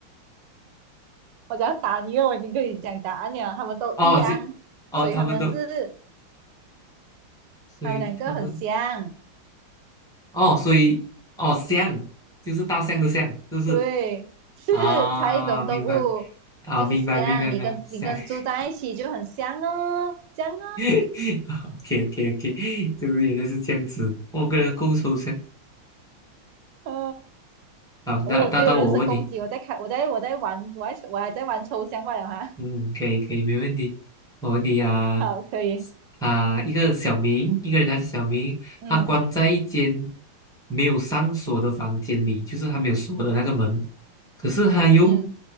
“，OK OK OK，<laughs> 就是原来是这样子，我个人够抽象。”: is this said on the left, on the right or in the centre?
Centre